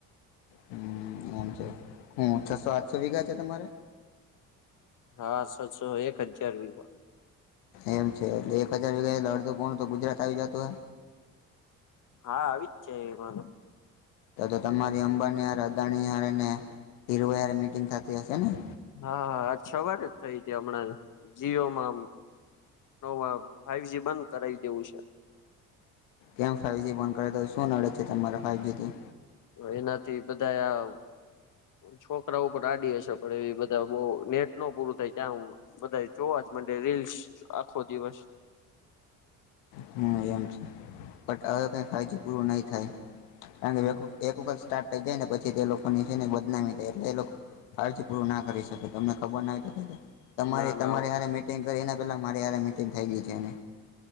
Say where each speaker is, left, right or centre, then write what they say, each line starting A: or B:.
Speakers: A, on the left; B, on the left.
A: હમ્મ એમ છે, હું છસો આઠસો વીઘા છે તમારે?
B: હા, છસો એક હજાર વીઘા
A: એમ છે, એટલે એક હજાર વગ અડધો કોણ તો ગુજરાત આવી જતું હોય,
B: હા, આવી જ છે પણ
A: તો તો તમારી અંબાનીયાર અદાણીયારને ધરવાર મીટિંગ થતી હશે ને
B: હા હા છ વાર જ થઈ હતી હમણાં જીઓમાંમ ન વા ફાઈવ જ બંધ કરાઈ દેવું છે,
A: કેમ ફાઈઇવજી બોન કરે તો શું નડદ છે, તમારે ફાઈઇવજી થી
B: એનાથી બધા આ છોકરા ઉપર રાડી હશે પણ એ બધા બ નેટ ન પૂરું થાય ત્યાં હ બધા જોવા જ <unintelligible> રીલ્સ આખો દિવસ
A: હું એમ છે પણટ હવે કંઈ ફાળજી પૂરું નહીં થાય <unintelligible>
B: હમ
A: એક વખત સ્ટાટ ઈ જાય ને પછી તે લોકોની છે, ને બદનામી થાય એટલે એ લોકો કાળજી પૂરું ના કરી શકે તમને ખબર ન હોય તો ક તમારી
B: ના
A: તમારેારે
B: ના
A: મિટિંગ કરી એના પેલા મારે મિટિંગ થઈ ગઈ છે, એને